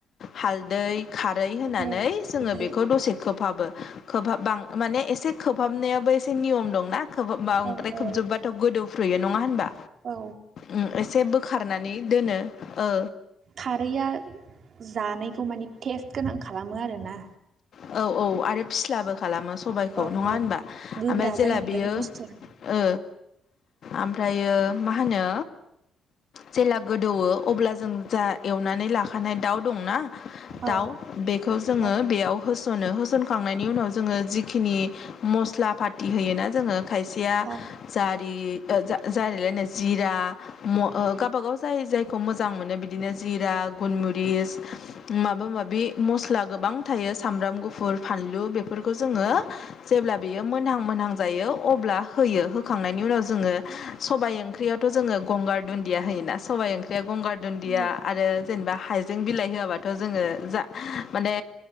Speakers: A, on the left; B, on the right.
A: हालदै खारै होनानै
B: औ
A: जोङो
B: खारै
A: बेखौ दसे खोबहाबबो। खोबहाबबा माने एसे खोबहाबनायाबो एसे नियम दंना। खोबबा बांद्राय
B: औ औ
A: खोबजोब्बाथ' गोदौफ्रुयो नंङा होनबा?
B: औ
A: उम एसे बोखारनानै दोनो ओ
B: खारैआ जानायखौ माने टेस्ट गोनां खालामो आरोना।
A: औ औ आरो फिसलबो खालामो स सबायखौ
B: औ
A: नङा
B: औ
A: होनबा?
B: गोब्रा
A: ओमफाय जेला
B: जायो नालाय
A: बियो
B: बे बुस्थुआ
A: ओ ओमफ्रायो मा होनो जेला गोदौवो अब्ला जों जा एवनानै लाखानाय दाउ दंना दाउ
B: औ
A: बेखौ जोङो
B: औ
A: बेयाव होस'नो होस फोनखांनायनि उनाव जोङो जिखिनि मस्ला फाथि होयोना जोङो खायसेया
B: औ
A: जारि ओ जा जारिलायनो जिरा म ओ गावबा गाव जाय जायखौ मोजां मोनो बिदिनो जिरा गुनमुद रिस माबा माबि मस्ला गोबां थायो सामब्राम गुफुर फानलु बेफोरखौ जोङो जेब्ला बेयो मोनहां मोनहां जायो अब्ला होयो होखांनायनि उनाव जोङो सबाइ ओंख्रियावथ' जोङो गंगार दुन्दिया होयो ना सबाइ ओंख्रिया गंगार दुन्दिया
B: औ औ
A: आरो जेनेबा जों बिलाइ होआबाथ' जोङो जा माने